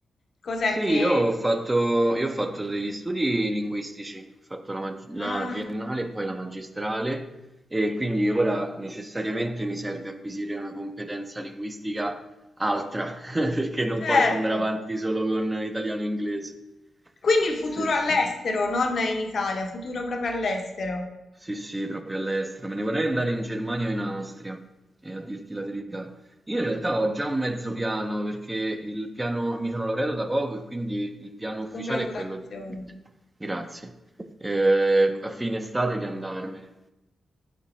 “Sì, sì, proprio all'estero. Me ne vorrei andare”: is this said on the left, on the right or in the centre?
Right